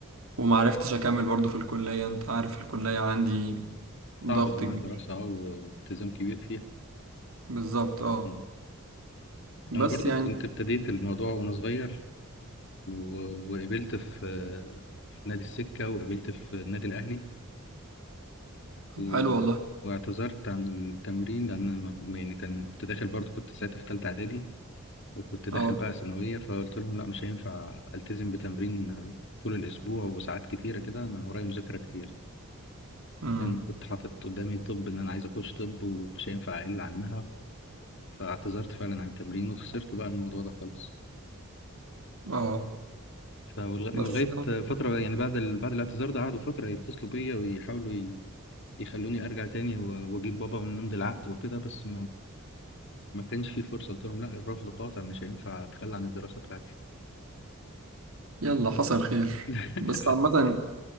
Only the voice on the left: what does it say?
صعبة طبعا
الدراسه اه والتزام كبير فيها
مم.
انا برضو
كنت ابتديت الموضوع وانا صغير و... وقبلت في في نادي السكه وقبلت في النادي الاهلي
و...
واعتذرت عن التمرين لأن أنا ما- يعني كان كنت داخل برضه كنت ساعتها في تالتة إعدادي وكنت داخل
بقى ثانوية فقلت لهم لا مش هينفع ألتزم بتمرين طول الأسبوع وساعات كتيرة كده أنا ورايا مذاكرة كتير
لأن كنت حاطط قدامي طب إن أنا عايز أخش طب ومش هينفع أقل عنها فاعتذرت فعلا عن التمرين وخسرت بقى الموضوع ده خالص
فولغ-
ولغاية فترة يعني بعد ال... بعد الاعتذار ده قعدوا فترة يتصلوا بيا ويحاولوا ي... يخلوني ارجع تاني و- واجيب بابا ونمضي العقد وكده بس ما كانش في فرصه قلت لهم لا الرفض قاطع مش هينفع اتخلى عن الدراسه بتاعتي
<laughs>
حسن
ايه